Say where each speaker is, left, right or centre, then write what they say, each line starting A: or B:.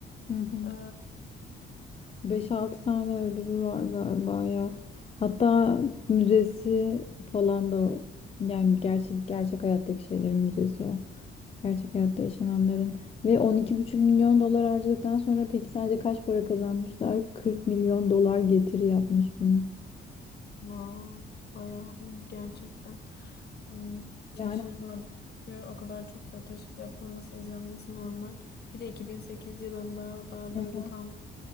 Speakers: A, on the left; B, on the left.
A: hı hı.
B: e,
A: Beş altı tane ödülü var galiba ya. Hatta müzesi falan da o. yani gerçek gerçek hayattaki şeylerin müzesi o. Gerçek hayatta yaşananların ve on iki buçuk milyon dolar harcadıktan sonra peki sadece kaç para kazanmışlar? 40 milyon dolar getiri yapmış bunun.
B: wow, bayağı iyi gerçekten. Hmm, şaşırmadım.
A: Yani
B: Çünkü o kadar çok satış yapılması, izlenmesi normal. Bir de 2008 yılında daha
A: Hı
B: böyle
A: hı.
B: tam